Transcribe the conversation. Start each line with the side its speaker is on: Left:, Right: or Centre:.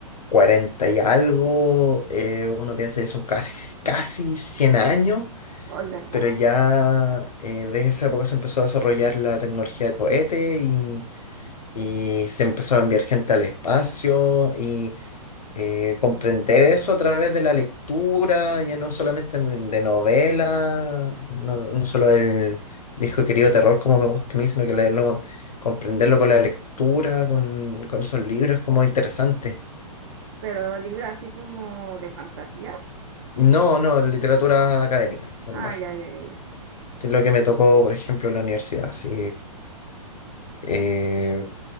Left: cuarenta y algo, eh, uno piensa que son casi, casi cien años
Right: Oh, es verdad.
Left: Pero ya eh, desde esa época se empezó a desarrollar la tecnología de cohete y, y se empezó a enviar gente al espacio y eh, comprender eso a través de la lectura, ya no solamente de, de novelas, no, no solo el viejo y querido terror como me gusta a mí, sino que leerlo, comprenderlo con la lectura, con, con esos libros, es como interesante.
Right: Pero libro así como de fantasía.
Left: No, no, literatura académica, normal,
Right: Ah, ya, ya, ya, ya.
Left: que es lo que me tocó, por ejemplo, en la universidad. sí. eh,